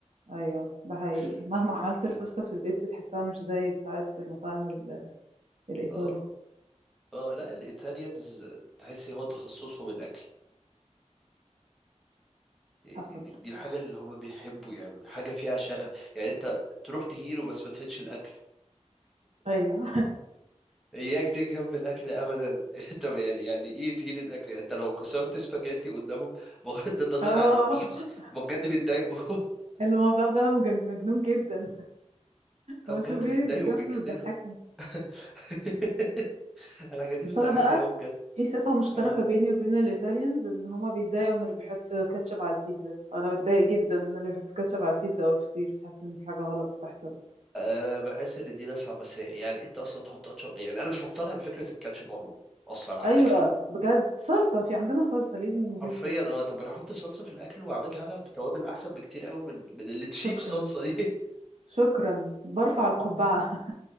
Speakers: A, on the right; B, in the centre.
A: ايوه ده حقيقي
B: <laughs>
A: مهما عملت الباستا في البيت بتحسها مش زي بتاعة المطاعم ال- الايطالي
B: اه اه لا الايطاليانز تحسي هو تخصصهم الاكل يعني
A: حصل
B: دي, دي الحاجه اللي هم بيحبوا يعملوا حاجه فيها شغف يعني انت تروح تهيله بس ما تهينش الاكل
A: ايوه
B: اياك تيجي جنب الاكل ابدا <laughs> انت يعني يعني ايه تهين الاكل يعني انت لو كسرت سباجيتي قدامهم بغض النظر
A: <laughs>
B: عن الميمز
A: اه
B: هم بجد بيتضايقوا
A: الموضوع ده مجن- مجنون جدا
B: <laughs>
A: انا
B: هم بجد
A: بشوف فيديوز
B: بيتضايقوا
A: بجد
B: وبيتجننوا
A: بتضحكني
B: <laughs> الحاجات دي
A: بس
B: بتضحكني
A: انا بقى
B: قوي بجد
A: في صفة مشتركة
B: اه.
A: بيني وبين الإيطاليانز إن هما بيتضايقوا من اللي بيحط كاتشب على البيتزا أنا بتضايق جدا إن أنا اللي بيحط كاتشب على البيتزا أو الفطير حاسة إن في حاجة غلط بتحصل
B: انا بحس ان دي ناس عبثيه يعني انت اصلا تحط أتشو... يعني انا مش مقتنع بفكره الكاتشب عموما اصلا على
A: أيوة
B: الاكل بقى
A: بجد صلصة في عندنا صلصة ليه بنجيب
B: حرفيا
A: كاتشب
B: اه طب انا احط صلصه في الاكل واعملها انا بتوابل احسن بكتير قوي من من اللي تشيب
A: شكرا
B: صلصه دي
A: شكرا برفع القبعة
B: <laughs>